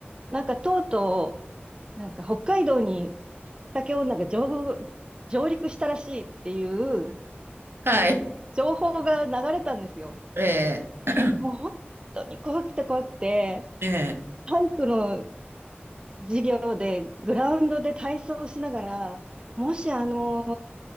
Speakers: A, on the right (about 25°); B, on the right (about 65°).
A: なんかとうとう、なんか北海道に竹女が上、上陸したらしいっていう
B: はい。
A: 情報が流れたんですよ。
B: ええ、
A: もう本当に怖くて怖くて、
B: ええ。
A: 体育の授業でグラウンドで体操をしながら、もしあの、